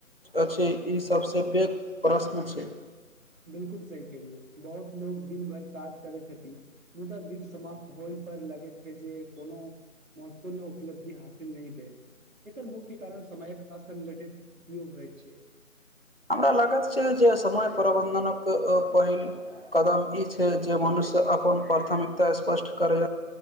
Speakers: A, on the left (about 40°); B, on the right (about 65°).
A: अछि ई सभसँ पैघ प्रश्न छै
B: बिलकुल सही केलियै बहुत लोकोग दिन भर काज करै छथिन मुदा दिन समाप्त होइ पर लगे छै जे कोनो महत्वपूर्ण उपलब्धि हासिल नहि भेल एकर मुख्य कारण समयक असंगठित उपयोग होइत छै
A: हमरा लागत छै जे समय प्रबन्धनक पहिल कदम ई छै जे मनुष्य अपन प्राथमिकता स्पष्ट करै